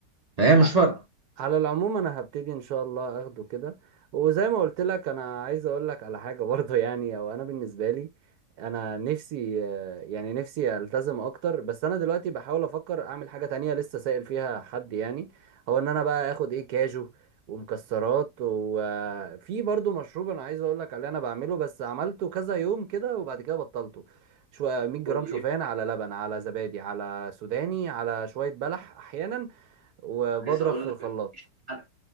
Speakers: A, on the right; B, on the right.
A: فهي مش
B: آه،
A: فرق
B: على العموم انا هبتدي ان شاء الله اخده كده وزي ما قلت لك انا عايز اقول لك على حاجه <laughs> برضه يعني او انا بالنسبه لي انا نفسي آه، يعني نفسي التزم اكتر بس انا دلوقتي بحاول افكر اعمل حاجه تانية لسه سائل فيها حد يعني هو ان انا بقى اخد ايه كاجو ومكسرات وفي برضه مشروب انا عايز اقول لك عليه انا بعمله بس عملته كذا يوم كده وبعد كده بطلته شويه 100 جرام
A: قول لي
B: شوفان
A: ايه
B: على لبن على زبادي على سوداني على شويه بلح احيانا وبضرب
A: عايز اقول
B: في
A: لك
B: الخلاط
A: مفيش حد